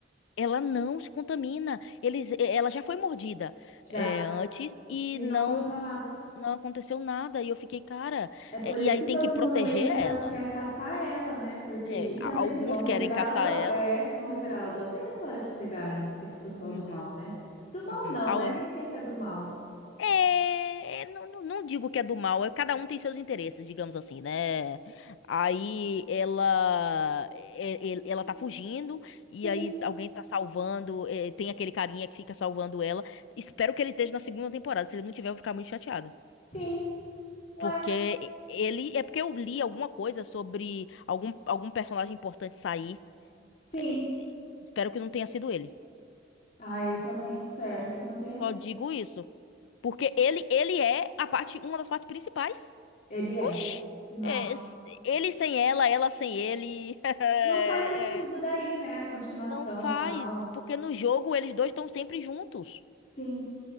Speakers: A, on the left; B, on the left.
A: Ela não se contamina. Eles, ela já foi mordida
B: Já.
A: é, antes e
B: E
A: não
B: não aconteceu nada.
A: não aconteceu nada. E eu fiquei, cara.
B: É por
A: é,
B: isso
A: e aí
B: que
A: tem
B: todo
A: que proteger
B: mundo meio que tá,
A: ela.
B: quer caçar ela, né? Porque.
A: É,
B: E também,
A: a- alguns
B: assim, vão revirar
A: querem caçar
B: ela do, a-
A: ela.
B: é, vão revirar ela do avesso a hora que pegarem esse pessoal
A: Uhum,
B: do mal, né? Do mal
A: uhum.
B: não,
A: Al-
B: né? Nem sei se é do mal.
A: É, não, não não digo que é do mal, é, cada um tem seus interesses, digamos assim, né? Aí ela, é, é, ela
B: Sim,
A: tá fugindo
B: sim,
A: e aí alguém tá salvando, é, tem aquele carinha que fica salvando ela. Espero que ele esteja na segunda temporada, se ele não tiver, eu vou ficar muito chateada.
B: sim. ué,
A: Porque ele, é porque eu li alguma coisa sobre algum, algum personagem importante sair.
B: sim.
A: é, Espero que não tenha sido ele.
B: Ah, eu também espero que não tenha sido.
A: Só digo isso. Porque ele, ele é a parte, uma das partes principais.
B: Ele é.
A: Oxi,
B: Nossa.
A: é, s- ele sem ela, ela sem ele. <laughs>
B: Não faz sentido
A: É,
B: daí, né? A continuação
A: não faz,
B: tal.
A: porque no jogo eles dois estão sempre juntos.
B: Sim.